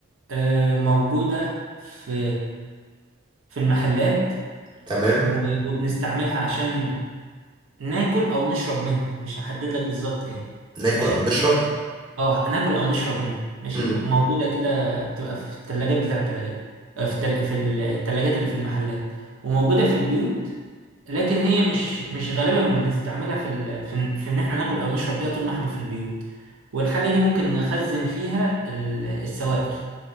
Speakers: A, on the right (about 80°); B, on the right (about 20°).
A: آم، موجودة في في المحلات
B: تمام
A: و- وبنستعملها عشان ناكل او نشرب منها مش هحدد لك بالظبط ايه
B: ناكل
A: ماشي
B: او نشرب
A: ناكل اه ناكل او نشرب منها ماشي
B: امم
A: موجوده كده بتبقى في الثلاجات بتاع الثلاجات في التل... في الثلاجات اللي في المحلات وموجوده في البيوت لكن هي مش مش غالبا بنستعملها في ال... في, إن- في ان احنا ناكل او نشرب بيها طول ما احنا في البيوت والحاجه دي ممكن نخزن فيها ال- السوائل